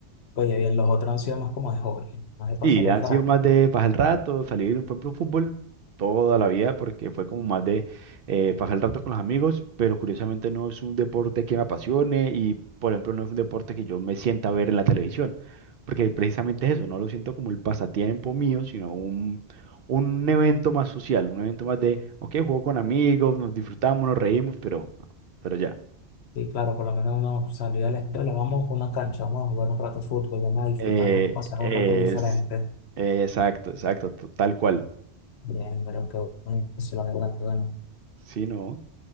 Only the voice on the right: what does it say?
Y
han
sido más de pasar el rato, salir, por ejemplo, fútbol toda la vida, porque fue como más de eh, pasar el rato con los amigos, pero curiosamente no es un deporte que me apasione y, por ejemplo, no es un deporte que yo me sienta a ver en la televisión, porque precisamente es eso, no lo siento como el pasatiempo mío, sino un, un evento más social, un evento más de, ok, juego con amigos, nos disfrutamos, nos reímos, pero, pero ya.
Eh,
es,
exacto, exacto, to- tal cual,
sí, ¿no?